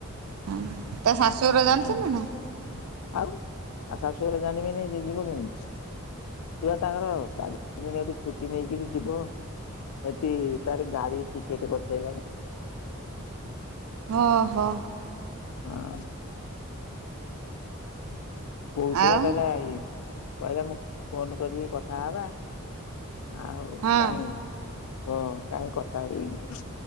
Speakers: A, on the right; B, on the left.
A: ହଁ ତା ଶାଶୁଘରେ ଜାଣିଚନ୍ତିନା?
B: ହଁ। ଆଉ ଆଉ ଶାଶୁଘରେ ଜାଣିବେନି ଯିଏ ଯିବ କେମିତି। ସିଏ ତାଙ୍କର ଚାରି ପାଞ୍ଚ ଦିନି ଏଠୁ ଛୁଟି ନେଇକରି ଯିବ। ସେଠି ତାର ଗାଡ଼ି ଟିକେଟେ କରିସାଇଲାଣି।
A: ହଁ ହୋ।
B: ହଁ। କହୁଥିଲା
A: ଆଉ
B: କହିଲା କହିଲା ମୁଁ ଫୋନ୍ କରିକି କଥା ହବା ଆଉ
A: ହଁ
B: କାଇଁ ହଁ କାହିଁ କଥା ହେଇନାଇଁ